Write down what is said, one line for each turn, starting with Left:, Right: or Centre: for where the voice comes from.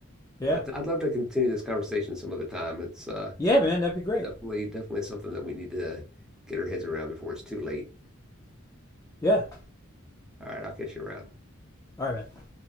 Left: Yeah,
Centre: but I'd love to continue this conversation some other time it's uh
Left: yeah, man, that'd be great.
Centre: definitely definitely something that we need to get our heads around before it's too late
Left: Yeah,
Centre: all right I'll catch you around
Left: all right, man.